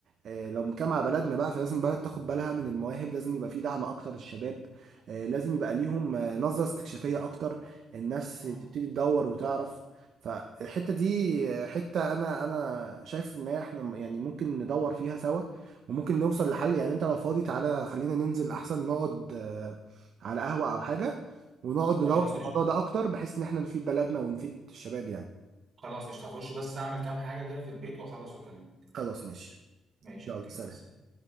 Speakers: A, on the right; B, on the right.
A: آه، لو بنتكلم على بلدنا بقى فلازم البلد تاخد بالها من المواهب لازم يبقى في دعم اكتر للشباب آه، لازم يبقى ليهم آه، نظرة استكشافية اكتر الناس
B: صح.
A: تبتدي تدور وتعرف فالحتة دي آه، حتة انا انا شايف ان احنا م- يعني ممكن ندور فيها سوا وممكن نوصل لحل يعني انت لو فاضي تعالى خلينا ننزل احسن نقعد آه، على قهوة او حاجة ونقعد ندور
B: خلاص
A: في الموضوع
B: قشطة
A: ده اكتر بحيث ان احنا نفيد بلدنا ونفيد الشباب يعني
B: خلاص قشطه هخش بس اعمل كام حاجه كده في البيت واخلص واكلمك
A: خلاص ماشي
B: ماشي
A: يلا
B: اوكي
A: سلام
B: مع السلامة